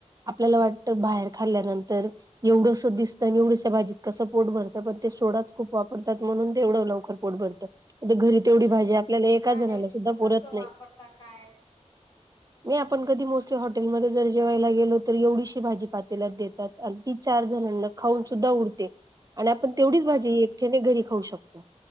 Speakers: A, on the right; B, on the left.
A: आपल्याला वाटतं बाहेर खाल्ल्यानंतर एवढंस दिसतं आणि एवढस भाजी कसं पोट भरतं पण ते सोडाच खूप वापरतात म्हणून तेवढं लवकर पोट भरतं. आता घरी तेवढी
B: आणि
A: भाजी आपल्याला एका
B: बाहेरच
A: जणाला सुद्धा पुरत
B: कसं
A: नाही.
B: वापरता काय
A: नाय आपण कधी मोस्टली हॉटेलमध्ये जर जेवायला गेलो, तरी एवढीशी भाजी पातेलात देतात आणि ती चार जण न खाऊन सुद्धा उरते. आणि आपण तेवढीच
B: बरोबर
A: भाजी
B: आहे.
A: एकठेने घरी खाऊ शकतो,